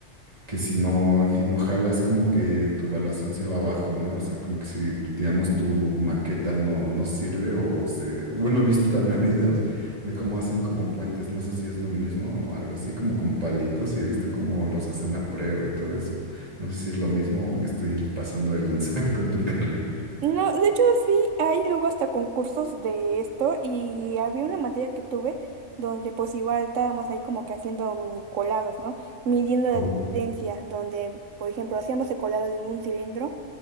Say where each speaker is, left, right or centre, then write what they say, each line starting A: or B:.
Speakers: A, on the right; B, on the right.
A: que si no, si no jala es como que tu evaluación se va abajo, ¿no? O sea, como que si, digamos, tu maqueta no, no sirve o se... Bueno, he visto también <laughs> videos de cómo hacen como puentes, no sé si es lo mismo o algo así, como con palitos y he visto cómo los hacen a prueba y todo eso. No sé si es lo mismo o me estoy pasando de lanza <laughs> con tu carrera.
B: No, de hecho sí, hay luego hasta concursos de esto y había una materia que tuve donde pues igual estábamos ahí como que haciendo mini colados, ¿no? Midiendo la
A: Oh,
B: distancia, donde por ejemplo hacíamos el colado en un cilindro